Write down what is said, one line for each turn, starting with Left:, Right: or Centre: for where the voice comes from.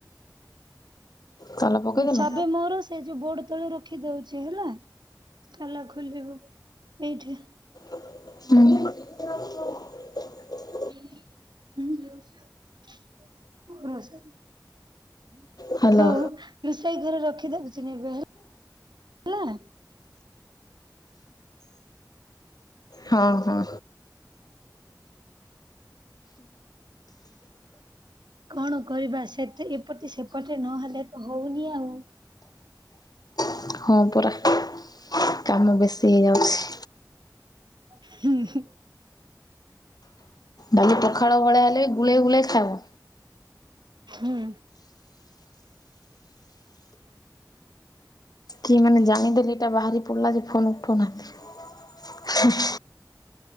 Left: ତାଲା ପକେଇଦେଲୁ?
Right: ଚାବି ମୋର ସେ ଯଉ ବୋ ତ ରଖି ଦଉଚି ହେଲା। ତାଲା ଖୁଲିବ ଏଇଠେ।
Left: <inaudible> <unintelligible>
Right: <unintelligible> <inaudible>
Left: ହ୍ୟାଲୋ ହଁ ହଁ।
Right: କ'ଣ କରିବା, ସେ ଏପ ସେପଟେ ନହେଲେ ତ ହଉନି ଆଉ।
Left: <unintelligible>
Right: <inaudible>
Left: ଡ଼ାଲି ପଖାଳ ଭଳିଆ ହେଲେ ବି ଗୁଳେଇ ଗୁଳେଇ ଖା--ବୁ।
Right: ହୁଁ।
Left: କିଏ ମାନେ ଜାଣି ଦେଲେ ଏ--ଟା ବାହାରି ପଡ୍‌ଲା ଯେ ଫୋନ୍‌ ଉଠଉ ନାହାନ୍ତି।